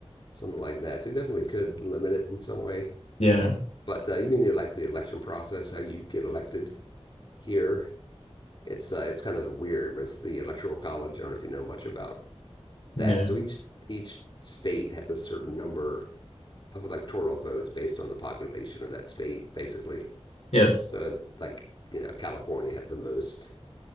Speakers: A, on the left; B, on the left.
A: something like that. So he definitely could limit it in some way.
B: yeah,
A: But uh, you mean the, like the election process, how you get elected here? It's uh, it's kind of weird, but it's the electoral college. I don't know if you know much about
B: yeah,
A: that. So each each state has a certain number of electoral votes based on the population of that state, basically.
B: yes.
A: So like you know, California has the most